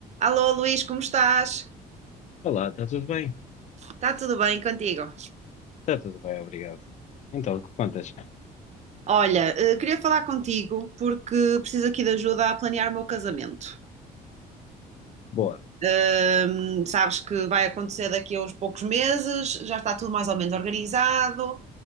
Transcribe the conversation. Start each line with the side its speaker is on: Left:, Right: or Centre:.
Right: Alô Luís, como estás?
Left: Olá, está tudo bem?
Right: Está tudo bem contigo?
Left: Está tudo bem, obrigado. Então, o que contas?
Right: Olha, eh, queria falar contigo porque preciso aqui de ajuda a planear o meu casamento.
Left: Boa.
Right: Ahm, sabes que vai acontecer daqui a uns poucos meses, já está tudo mais ou menos organizado,